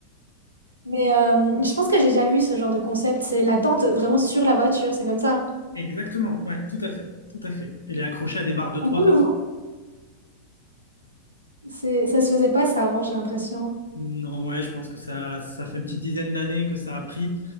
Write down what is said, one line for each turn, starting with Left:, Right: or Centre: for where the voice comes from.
Right: Mais euh, je pense que j'ai déjà vu ce genre de concept. C'est la tente vraiment sur la voiture, c'est comme ça.
Left: Exactement, ouais, tout à fait, tout à fait. Elle est accrochée à des barres de toit.
Right: Un peu nouveau. C'est, ça se faisait pas ça avant, j'ai l'impression.
Left: Non, ouais, je pense que ça, ça fait une petite dizaine d'années que ça a pris.